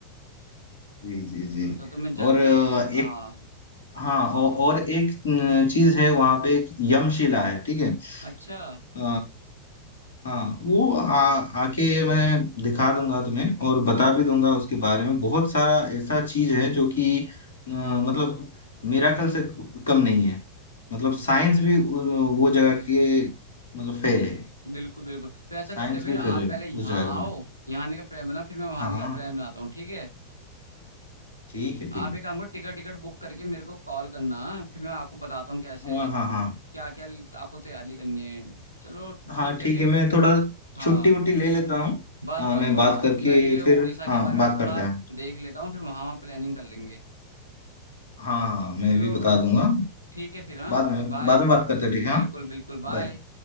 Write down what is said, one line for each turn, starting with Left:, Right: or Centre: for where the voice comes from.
Left: जी जी जी
Right: तो तो, तो मैं जल्दी
Left: और अ,
Right: हाँ
Left: एक हाँ औ, और एक चीज है वहां पे एक यमशिला है ठीक है
Right: अच्छा
Left: अ, हाँ वो आ, आके मैं दिखा दूंगा तुम्हें और बता भी दूंगा उसके बारे में बहुत सारा ऐसा चीज है जो कि अ, मतलब मिराकल से कम नहीं है मतलब साइंस भी उ- वो जगह के मतलब फेल है
Right: बिल्कुल बिल्कुल तो ऐसा करते
Left: साइंस
Right: हैं फिर
Left: भी
Right: आप
Left: फेल है
Right: पहले यहाँ
Left: उस जगह
Right: आओ
Left: के लिए।
Right: यहाँ आने का प्लान बना फिर मैं वहाँ
Left: हाँ
Right: आने
Left: हाँ,
Right: का प्लान बनाता हूँ ठीक है
Left: ठीक है ठीक
Right: आप
Left: है
Right: एक काम करो टिकट टिकट बुक करके मेरे को कॉल करना फिर मैं आपको बताता हूँ कैसे
Left: हाँ हाँ हाँ
Right: क्या क्या आपको तैयारी करनी है चलो
Left: हाँ
Right: ठीक है
Left: ठीक
Right: फिर
Left: है मैं थोड़ा
Right: हाँ
Left: छुट्टी वुट्टी ले लेता हूँ
Right: बस
Left: हाँ
Right: बस
Left: मैं
Right: बस
Left: बात करके
Right: मैं भी ये उड़ीसा
Left: फिर
Right: के
Left: हाँ
Right: बारे
Left: बात
Right: में थोड़ा
Left: करते हैं
Right: देख लेता हूँ फिर वहाँ वहाँ प्लानिंग कर लेंगे
Left: हाँ हाँ मैं
Right: चलो
Left: भी बता दूंगा
Right: ठीक है फिर हाँ
Left: बाद में
Right: बाय
Left: बाद में बात करते हैं ठीक है हाँ
Right: बिल्कुल बिल्कुल बाय
Left: बाय